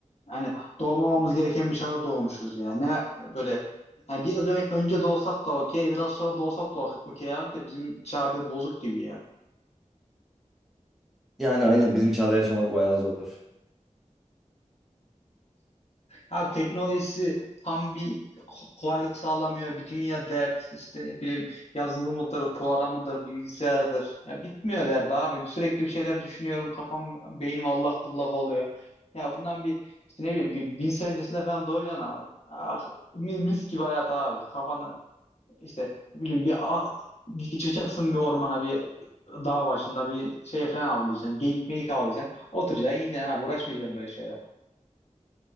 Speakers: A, on the left; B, in the centre.
A: yani doğmamamız gereken bir çağda doğmuşuz ya. Ne böyle yani biraz ö- önce doğsak da okey, biraz sonra doğsak da ok-, okey abi de bizim çağ bir bozuk gibi ya.
B: Yani aynen bizim çağda yaşamak bayağı zor.
A: Abi teknolojisi tam bir ko- kolaylık sağlamıyor. Bir dünya dert işte ne bileyim yazılımıdır, programıdır, bilgisayarıdır. Ya bitmiyor derdi abi. Sürekli bir şeyler düşünüyorum. Kafam, beynim allak bullak oluyor. Ya bundan bir işte ne bileyim bir bin sene öncesinde falan doğacaksın abi. Ah, mi- mis gibi hayat abi. Kafanı işte ne bileyim bir a- çıkacaksın bir ormana bir dağ başında bir şey falan avlayacaksın. Geyik meyik avlayacaksın. Oturacaksın yiyeceksin abi. Uğraşmayacaksın böyle şeyler.